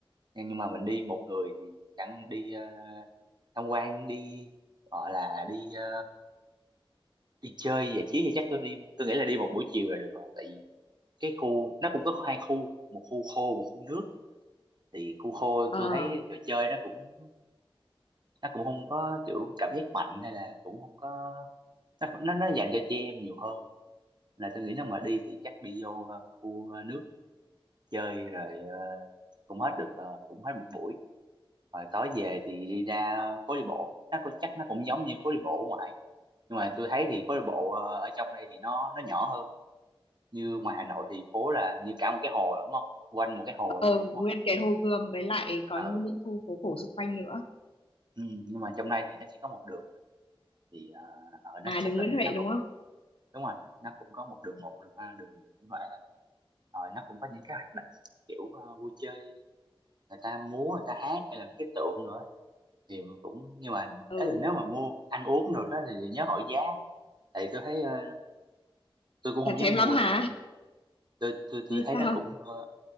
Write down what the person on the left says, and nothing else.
à,
ờ,
nguyên
cái Hồ Gươm với lại có
những khu phố cổ xung quanh nữa.
À,
đường
Nguyễn Huệ
đúng
không?
Ừ,
chặt
chém
lắm hả?
Hay
sao?